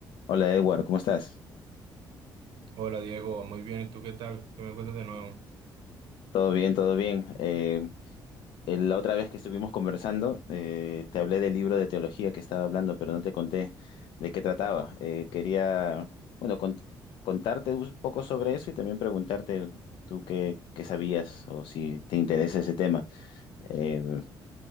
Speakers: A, on the left; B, on the right.
A: Hola Edward, ¿cómo estás?
B: Hola Diego, muy bien, ¿y tú qué tal? ¿Qué me cuentas de nuevo?
A: Todo bien, todo bien. Eh, eh, la otra vez que estuvimos conversando, eh, te hablé del libro de teología que estaba hablando, pero no te conté de qué trataba. Eh, quería, bueno, con- contarte un poco sobre eso y también preguntarte tú qué, qué sabías o si te interesa ese tema. Eh,